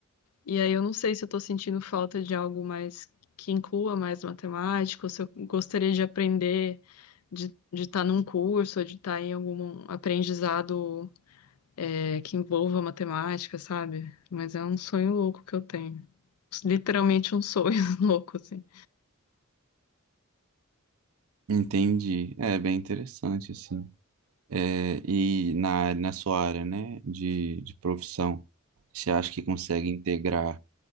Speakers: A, on the left; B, on the right.
A: E aí eu não sei se eu tô sentindo falta de algo mais que inclua mais matemática, ou se eu gostaria de aprender, de estar de tá num curso, ou de estar em algum aprendizado é, que envolva matemática, sabe? Mas é um sonho louco que eu tenho. Literalmente um sonho <laughs> louco, assim.
B: Entendi. É bem interessante assim. É, e na, na sua área, né, de, de profissão, você acha que consegue integrar